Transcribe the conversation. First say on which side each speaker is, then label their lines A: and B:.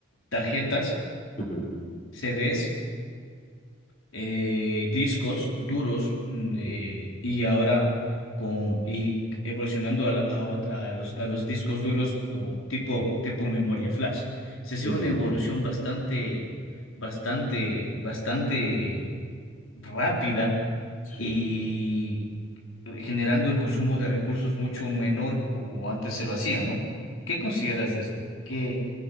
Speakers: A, on the left (about 85°); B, on the left (about 40°).
A: tarjetas,
B: ujú,
A: CDs eh, discos duros mm,
B: ujú,
A: eh, y ahora con, y evolucionando a, la- a ot- a los, a los discos duros con tipo, tipo memoria flash. Se ha sido
B: ujú.
A: una evolución bastante, bastante, bastante rápida
B: Sí.
A: y generando el consumo de recursos mucho menor como antes se lo hacía, ¿no? ¿Qué consideras de esto? ¿Qué,